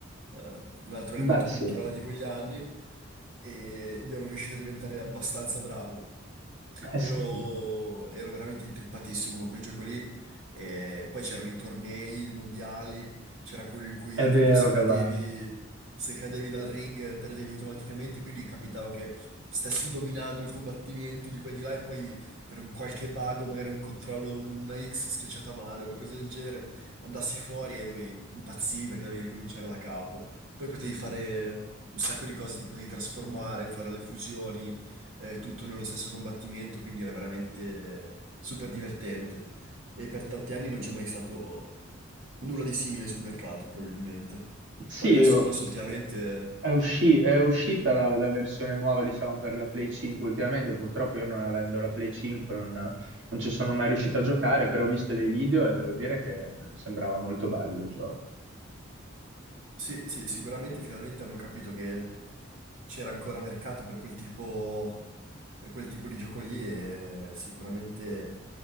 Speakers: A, on the right; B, on the right.
A: eh, un altro elemento
B: Beh, sì.
A: culturale di quegli anni, e- ed ero riuscito a diventare abbastanza bravo.
B: Eh,
A: Ero,
B: sì,
A: ero veramente intrippatissimo con quel gioco lì. E poi c'erano i tornei mondiali, c'era quello in cui
B: è vero
A: tipo se cadevi,
B: che vanno.
A: se cadevi dal ring perdevi automaticamente, quindi capitava che stessi dominando il combattimento di qua e di là e poi per un qualche bug o magari un controllo, un- una X schiacciata male, qualcosa del genere, andassi fuori e dovevi impazzire perché dovevi ricominciare da capo. Poi potevi fare un sacco di cose, ti potevi trasformare, fare le fusioni eh, tutto nello stesso combattimento, quindi era veramente eh, super divertente. E per tanti anni non c'è mai stato nulla di simile sul mercato, probabilmente.
B: Sì,
A: Poi adesso
B: io-
A: forse ultimamente,
B: È, usci- è uscita la, la versione nuova, diciamo, per la Play 5 ultimamente. Purtroppo io non avendo la Play 5 non, non ci sono mai riuscito a giocare, però ho visto dei video e devo dire che sembrava molto bello il gioco.
A: sì, sì, sicuramente finalmente hanno capito che c'era ancora mercato per quel tipo, per quel tipo di gioco lì e sicuramente